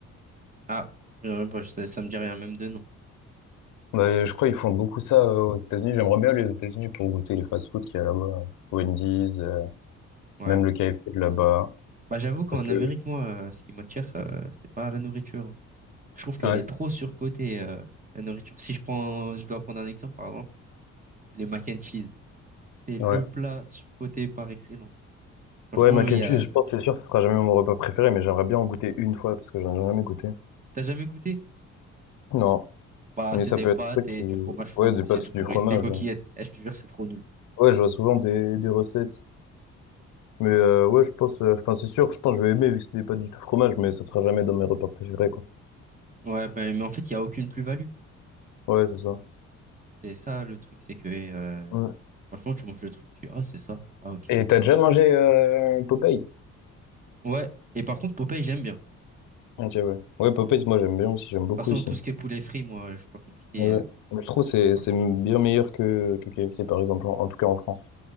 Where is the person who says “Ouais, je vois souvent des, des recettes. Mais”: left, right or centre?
Left